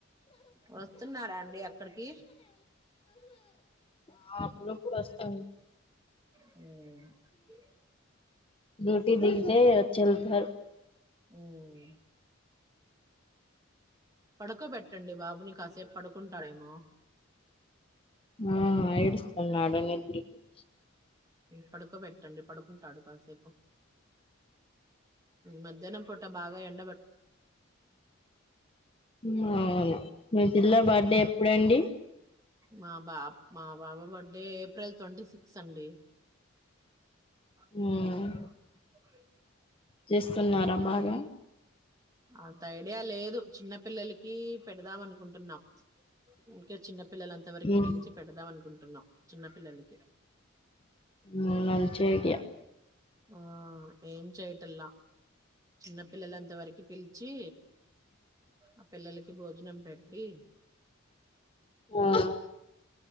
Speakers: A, on the right; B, on the left.
A: వస్తున్నారా అండి అక్కడికి
B: ఆ అప్పుడప్పుడు వస్తాన్
A: ఉ
B: రోటీ దిగతే వచ్చి వెళ్తాడు
A: ఉమ్, పడుకోబెట్టండి బాబుని కాసేపు పడుకుంటాడేమో
B: ఆ ఏడుస్తునాడుని నిదుర్
A: పడుకోబెట్టండి పడుకుంటాడు కాసేపు మధ్యాహ్నం పూట బాగా ఎం
B: వుఆ మంచి ఇల్లా బర్డే ఎప్పుడండి
A: మా బా మా బాబు బర్త్డే ఏప్రిల్ ట్వంటీ సిక్స్ అండి. అ
B: మ్మ్ చేస్తున్నారా బాగా
A: అంత ఐడియా లేదు. చిన్న పిల్లలకి పెడదాం అనుకుంటున్నాం. ఇంకా చిన్న పిల్లలంత వరకు
B: మ్మ్
A: పిలిచి పెడదాం అనుకుంటున్నాం. చిన్న పిల్లలకి
B: ఉమ్ మంచి ఐడియా
A: ఆ ఏం చేయటల్లా చిన్నపిల్లలంత వరకు పిలిచి ఆ పిల్లలకి భోజనం పెట్టి
B: ఆ
A: ఉ